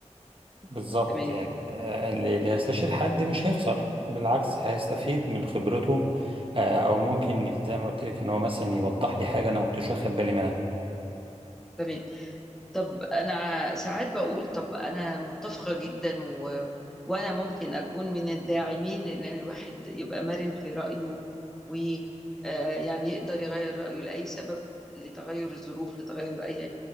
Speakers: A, on the right; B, in the centre.
A: بالظبط
B: تمام
A: يعني آه، اللي اللي هيستشير حد مش هيخسر بالعكس هيستفيد من خبرته آه، او ممكن زي ما قلت لك ان هو مثلا يوضح لي حاجه انا ما كنتش واخد بالي منها
B: تمام طب انا ساعات بقول طب انا متفقة جدا و... وانا ممكن اكون من الداعمين ان الواحد يبقى مرن في رأيه و آه، يعني يقدر يغير رأيه لأي سبب لتغير الظروف لتغير اي